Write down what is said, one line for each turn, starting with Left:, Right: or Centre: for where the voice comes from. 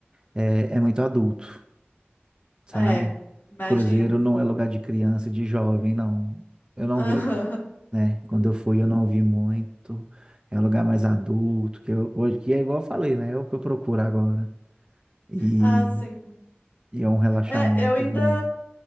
Right: é, é muito adulto, sabe?
Left: É, imagino.
Right: Cruzeiro não é lugar de criança e de jovem, não. Eu não
Left: <laughs>
Right: vejo, né? Quando eu fui, eu não vi muito. É um lugar mais adulto, que eu, hoje, que é igual eu falei, né? É o que eu procuro agora. E,
Left: Ah, sim.
Right: e é um relaxamento
Left: É, eu ainda
Right: bom.